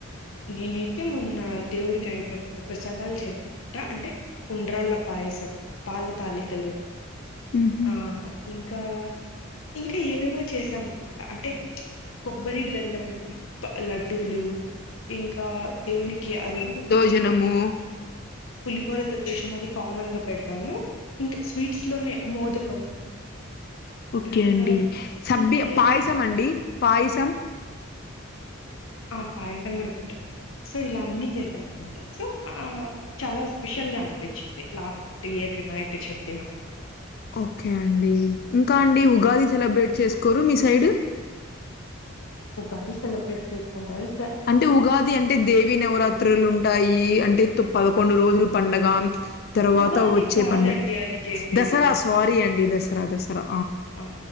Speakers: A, on the left; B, on the left.
A: నేనైతే మొన్న దేవుడికి ఐదు రకాల ప్రసాదాలు చే ట అంటే ఉండ్రాళ్ళ పాయసం పాల తాలికలు
B: మ్ హు
A: ఆ ఇంకా ఇంకా ఏవేవో చేసామ అనమాట అంటే కొబ్బరి బెల్లం ప్ లడ్డూలు ఇంకా దేవునికి అదేంది
B: జనము
A: పులిహోర దాద్దోజనం అది కామన్ గా పెడతాము ఇంకా స్వీట్స్ లోనే మోదకం
B: ఓకే
A: ఇంకా
B: అండి సబ్బి
A: ఇంకా ఏదో
B: పాయసం
A: ఒకటి
B: అండి పాయసం
A: ఆ పాయసం కూడా పెట్టాం అనమాట సో ఇలా అన్నీ చేసాం అనమాట సో ఆ చాలా స్పెషల్ గా అనిపించింది లాస్ట్ ఇయర్ వినాయక చవితి మాత్రం
B: ఓకే అండి ఇంకా అండి ఉగాది సెలబ్రేట్ చేసుకోరు మీ సైడ్
A: ఉగాది సెలబ్రేట్ చేసుకుంటా స్
B: అంటే ఉగాది అంటే దే వి నవరాత్రులు ఉంటాయి అంటే పదకొండు రోజులు పండగ తర్వాత
A: ఉగాది
B: వచ్చే
A: కాదండి
B: పండుగ
A: అది చేసేది
B: దసరా స్వా రి అండి దసరా దసరా
A: ఆ